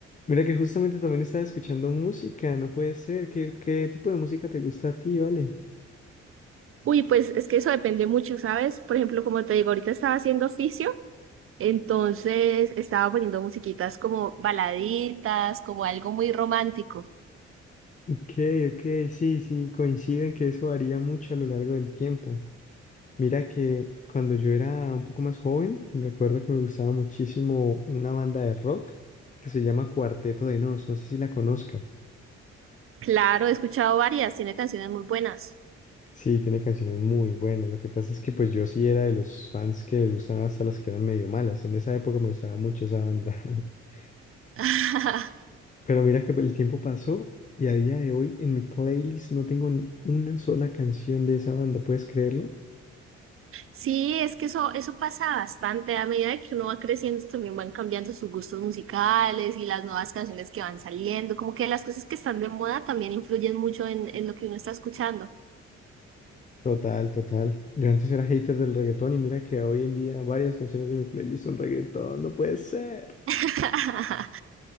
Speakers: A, on the left; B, on the right.
A: Mira que justamente también estaba escuchando música, no puede ser. ¿Qué, qué tipo de música te gusta a ti, vale?
B: Uy, pues es que eso depende mucho, ¿sabes? Por ejemplo, como te digo, ahorita estaba haciendo oficio, entonces estaba poniendo musiquitas como baladitas, como algo muy romántico.
A: Ok, ok, sí, sí, Coinciden que eso varía mucho a lo largo del tiempo. Mira que cuando yo era un poco más joven, recuerdo que me gustaba muchísimo una banda de rock que se llama Cuarteto de Nos, no sé si la conozcas.
B: Claro, he escuchado varias, tiene canciones muy buenas.
A: Sí, tiene canciones muy buenas. Lo que pasa es que pues yo sí era de los fans que les gustaban hasta las que eran medio malas. En esa época me gustaba mucho esa banda. <laughs>
B: <laughs>
A: Pero mira que pues, el tiempo pasó y a día de hoy en mi playlist no tengo ni una sola canción de esa banda. ¿Puedes creerlo?
B: Sí, es que eso, eso pasa bastante. A medida de que uno va creciendo, también van cambiando sus gustos musicales y las nuevas canciones que van saliendo. Como que las cosas que están de moda también influyen mucho en, en lo que uno está escuchando.
A: Total, total. Yo antes era hater del reggaetón y mira que hoy en día varias canciones de mi playlist son reggaetón. No puede ser.
B: <laughs>